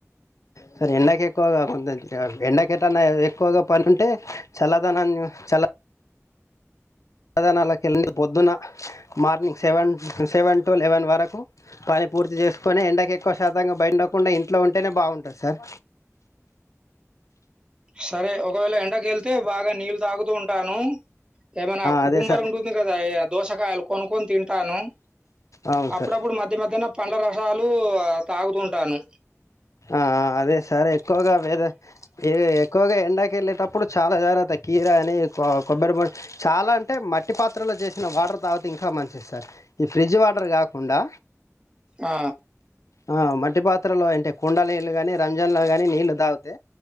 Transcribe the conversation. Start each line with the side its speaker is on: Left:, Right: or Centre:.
Left: సరే ఎండాకి ఎక్కువగా కొ ఎండకేటన్నా ఎక్కువగా పని ఉంటే చల్లద చ చల్ల చల్ల దనాల క వెళ్ పొద్దున మార్నింగ్ సెవెన్ టు లెవెన్ వరకు పని పూర్తి చేసుకొని ఎండకు ఎక్కువ శాతంగా బయండకుండా ఇంట్లో ఉంటేనే బాగుంటుంది సార్
Right: సరే ఒకవేళ ఎండకి వెళ్తే బాగా నీళ్ళు తాగుతూ ఉంటాను ఏమైనా కుకుంబర్
Left: అదే సార్
Right: ఉంటుంది కదా దోసకాయలు కొనుక్కొని తింటాను
Left: అవును
Right: అప్పుడప్పుడు
Left: సార్
Right: మధ్య మధ్యన పండ్ల రసాలు తాగుతుంటాను.
Left: ఆ అదే సరే ఎక్కువగా వేద ఎక్కువగా ఎండాకి వెళ్ళేటప్పుడు చాలా జాగ్రత్త కీర అని కొ కొబ్బరి బొ చాలా అంటే మట్టి పాత్రలో చేసిన వాటర్ తాగితే ఇంకా మంచిది సార్ ఈ ఫ్రిడ్జ్ వాటర్ కాకుండా
Right: ఆ,
Left: ఆ మట్టి పాత్రలో అంటే కుండల నీళ్లు గాని రంజన్లో గానీ నీళ్ళలు తాగితే